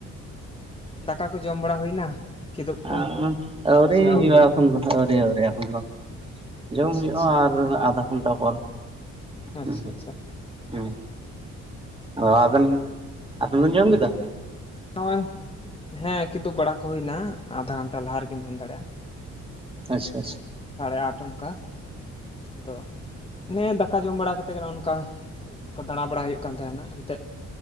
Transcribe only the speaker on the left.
ᱫᱟᱠᱟ ᱠᱚ ᱡᱚᱢ ᱵᱟᱲᱟ ᱦᱩᱭᱱᱟ ᱠᱤᱫᱩᱵ ᱠᱚ
ᱥᱮ
ᱦᱟᱸᱜ
ᱟᱪᱪᱷᱟ
ᱟᱪᱪᱷᱟ
ᱟᱪᱪᱷᱟ
ᱟᱪᱪᱷᱟ
ᱱᱚᱜᱼᱚᱭ ᱦᱮᱸ ᱠᱤᱫᱩᱵ ᱵᱟᱲᱟ ᱠᱚ ᱦᱩᱭᱱᱟ ᱟᱫᱷᱟ ᱜᱷᱚᱱᱴᱟ ᱞᱟᱦᱟ ᱨᱮᱜᱮᱢ ᱢᱮᱱ ᱫᱟᱲᱮᱭᱟᱜᱼᱟ᱾
ᱥᱟᱲᱮ ᱟᱴ ᱚᱱᱠᱟ ᱟᱫᱚ, ᱚᱱᱮ ᱫᱟᱠᱟ ᱡᱚᱢ ᱵᱟᱲᱟ ᱠᱟᱛᱮ ᱜᱮ ᱱᱚᱜᱼᱚ ᱱᱚᱝᱠᱟ ᱫᱟᱬᱟ ᱵᱟᱲᱟ ᱦᱩᱭᱩᱜ ᱠᱟᱱ ᱛᱟᱦᱮᱱᱟ ᱮᱱᱛᱮᱜ᱾